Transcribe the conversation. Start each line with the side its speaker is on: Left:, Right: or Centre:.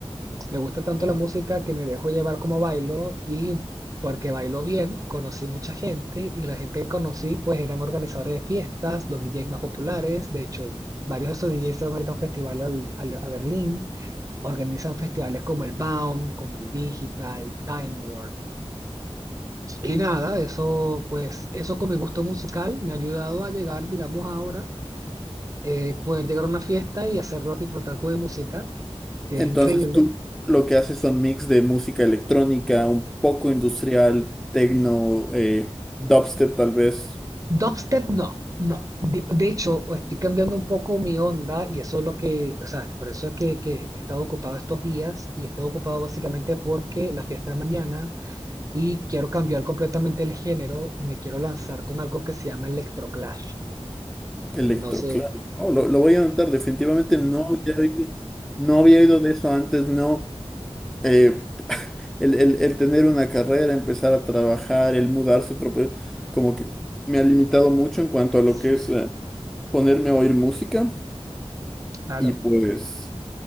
Right: me gusta tanto la música que me dejo llevar como bailo y porque bailo bien, conocí mucha gente y la gente que conocí pues eran organizadores de fiestas, los DJs más populares, de hecho varios de esos DJs se van ahorita a un festival al- al- a Berlín, organizan festivales como el Baum, como el Digital, Time Warp. Y nada, eso pues eso con mi gusto musical me ha ayudado a llegar, digamos ahora, eh, poder llegar a una fiesta y hacerlos disfrutar con mi música, que
Centre: Entonces
Right: es increíble.
Centre: tú lo que haces son mix de música electrónica, un poco industrial, techno, eh, dubstep tal vez,
Right: Dubstep no, no. De, de hecho, estoy cambiando un poco mi onda y eso es lo que, o sea, por eso es que, que he estado ocupado estos días y he estado ocupado básicamente porque la fiesta es mañana y quiero cambiar completamente el género y me quiero lanzar con algo que se llama Electroclash.
Centre: electroclaro
Right: No sé,
Centre: Oh, lo, lo voy a anotar, definitivamente no había oído, no había oído de eso antes, no. Eh, <laughs> el, el- el tener una carrera, empezar a trabajar, el mudarse, a otro país, como que me ha limitado mucho en cuanto a lo
Right: sí,
Centre: que es eh, ponerme a oír música
Right: claro.
Centre: y pues...